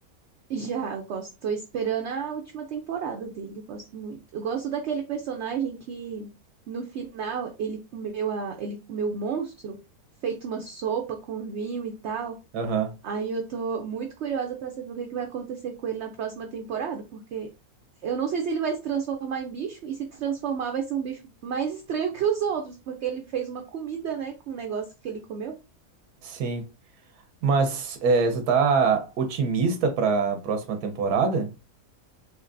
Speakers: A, on the right; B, on the right.
A: Já, eu gosto. Tô esperando a última temporada dele. Gosto muito. Eu gosto daquele personagem que no final ele comeu a, ele comeu o monstro, feito uma sopa com vinho e tal.
B: Aham.
A: Aí eu tô muito curiosa pra saber o que que vai acontecer com ele na próxima temporada, porque eu não sei se ele vai se transformar em bicho e se transformar vai ser um bicho mais estranho que os outros, porque ele fez uma comida, né, com um negócio que ele comeu.
B: Sim. Mas eh, você tá otimista pra próxima temporada?